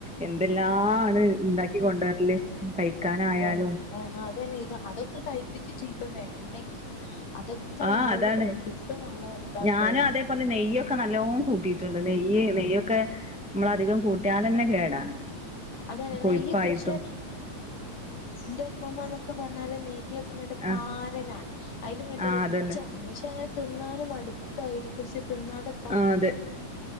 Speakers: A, in the centre; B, on the left.
A: എന്തെല്ലാണ് ഇണ്ടാക്കി കൊണ്ടരല്. കഴിക്കാനായാലും
B: ഇതന്നെ ആഹ് അതന്നെ ഇത് അതൊക്കെ കഴിപ്പിക്കും ചെയീപ്പം വേണ്ടെങ്കി അതൊ ക്കെ
A: ആഹ്
B: നമ്മളോട്
A: അതാണ്
B: കഴിപ്പിച്ചിട്ടേ നമ്മളെ താക്കുള്ളൂ.
A: ഞാനും അതേപോലെ നെയ്യൊക്കെ നല്ലോം കൂട്ടിട്ടുണ്ട് നെയ്യ് നെയ്യൊക്കെ നമ്മളധികം കൂട്ടിയാലെന്നെ കേടാണ്.
B: അതല്ലെ
A: കൊഴുപ്പായിട്ടും
B: നെയ്യൊക്കെ പക്ഷെ ഇന്റെ ഉമ്മമ്മന്നൊക്കെ പറഞ്ഞാല് നെയ്യൊ ഇങ്ങട്ട്
A: ആഹ്
B: പാറലാണ് അയ്ല് ഇങ്ങട്ട്
A: ആഹ്
B: ഒലിച്ച
A: അതന്നെ
B: കുബ്ബൂസ് അങ്ങനെ തിന്നാന് മടുപ്പായിരിക്കും പക്ഷെ തിന്നാതെ
A: ആഹ് അതെ